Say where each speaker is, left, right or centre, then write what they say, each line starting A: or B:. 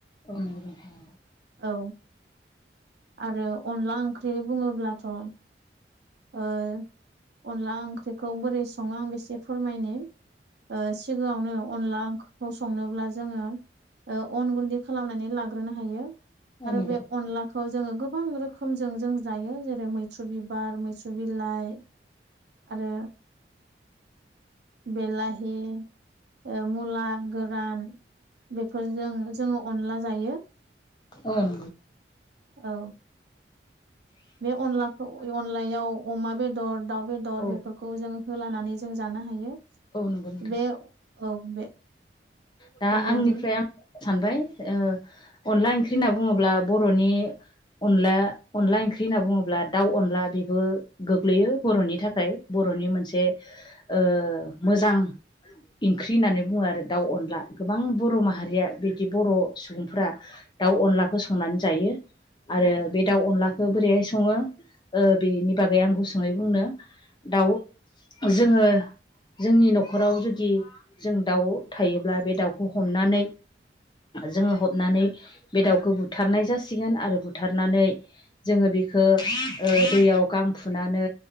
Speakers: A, on the left; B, on the right.
A: अ नंगो नोंथां
B: औ आरो अनला ओंख्रि बुङोब्लाथ' ओ अनला ओंख्रिखौ बोरै सङो आंबो एसे फोरमायनो ओ सिगाङावनो अनला ओंख्रिखौ संनोब्ला जोङो ओ अन गुन्दै खालामनानै लाग्रोनो हायो
A: औ
B: आरो
A: नंगौ
B: बे
A: नोंथां
B: अनलाखौ जोङो गोब बां रोखोमजों जों जायो जेरै मैथ्रु बिबार थसौ बिलाइ आरो बेलाहि ओ मुला गोरान बेफोरजों जोङो अनला जायो
A: उम
B: औ बे अनलाखौ अनलायाव अमा बेदर दाउ बेदर
A: औ
B: बेफोरखौ जों होलानानै जों जानो हायो
A: औ नंगौ नोंथां
B: बे औ बे
A: दा
B: बेबायदि
A: आंनिफ्राय आं सानबाय ओ अनला ओंख्रि होनना बुङोब्ला बर'नि अनला अनला ओंख्रि होनना बुङोब्ला दाउ अनला बेबो गोग्लैयो बर'नि थाखाय बर'नि मोनसे ओ मोजां ओंख्रि होननानै बुङो आरो दाउ अनला गोबां बर' माहारिया बिदि बर' सुबुंफोरा दाउ अनलाखौ संनानै जायो आरो बे दाउ अनलाखौ बोरैहाय सङो ओ बेनि बागै आं गुसुङै बुंनो दाउ जोङो जोंनि न'खराव जुदि जों दाउ थायोब्ला बे दाउखौ हमनानै जोङो हमनानै बे दाउखौ बुथारनाय जासिगोन आरो बुथारनानै जोङो बेखो ओ दैयाव गां फुनानै